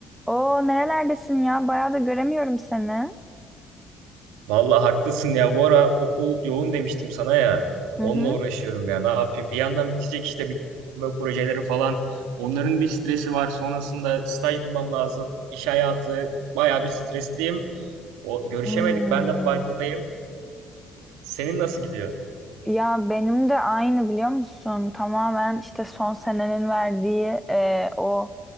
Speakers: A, in the centre; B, on the right (about 80°).
A: Oo nerelerdesin ya? Bayağı da göremiyorum seni.
B: Vallahi haklısın ya. Bu ara okul yoğun demiştim sana ya.
A: Hı
B: Onunla
A: hı.
B: uğraşıyorum ya. Ne yapayım? Bir yandan bitecek işte bitirme projeleri falan. Onların bir stresi var. Sonrasında staj bulmam lazım. İş hayatı bayağı bir stresliyim. O görüşemedik.
A: Hmm.
B: Ben de farkındayım. Senin nasıl gidiyor?
A: Ya benim de aynı biliyor musun? Tamamen işte son senenin verdiği e, o